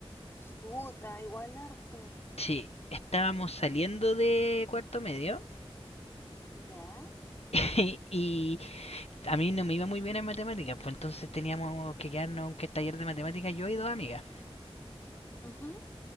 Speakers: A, on the left; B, on the left.
A: Puta, igual harto.
B: Sí, estábamos saliendo de cuarto medio
A: ¿Ya?
B: <laughs> y, a mí no me iba muy bien en matemáticas, pues entonces teníamos que quedarnos en que taller de matemáticas yo y dos amigas.
A: Ujú.